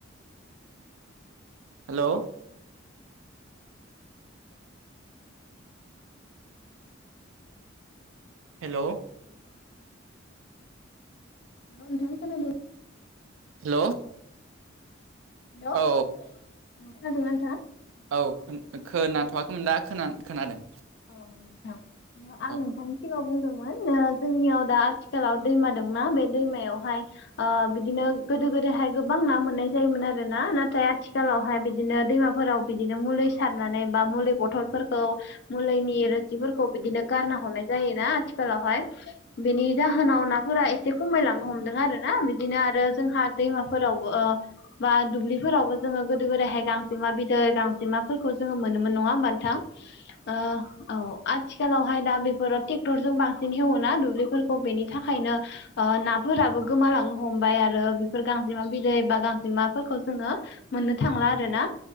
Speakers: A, on the right; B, on the left.
A: हेल' हेल'
B: नोंथां खोनादों?
A: हेल'
B: हेल' खोनादोंना
A: औ
B: नोंथाङा?
A: औ खोनाथ'वाखैमोन दा खोनादों।
B: औ नोंथां आं
A: औ
B: नोंथांनिसिम सिगाङाव बुंदोंमोन जोंनियाव दा आथिखालाव दैमा दंना बे दैमायावहाय ओ बिदिनो गोदो गोदाहाय गोबां ना मोननाय जायोमोन आरो ना नाथाय आथिखालावहाय बिदिनो दैमाफोराव बिदिनो मुलि सारनानै बा मुलि बथलफोरखौ मुलिनि रोसिफोरखौ बिदिनो गारना हरनाय जायोना आथिखालावहाय। बेनि जाहोनाव नाफोरा एसे खमायलांनो हमदों आरो ना बिदिनो आरो जोंहा दैमाफोरावबो बा दुब्लिफोरावबो जोङो गोदो गोदायहाय गांजेमा बिदै गांजेमाफोरखौ जोङो मोनोमोन नङा होमबा नोंथां? ओ औ आथिखालावहाय दा बेफोरो ट्रेक्टरजों बांसिन एवोना दुब्लिफोरखौ बेनि थाखायनो नाफोराबो गोमालांनो हमबाय आरो बेफोर गांजेमा बिदै बा गांजेमाफोरखौ जोङो मोननो थांला आरोना?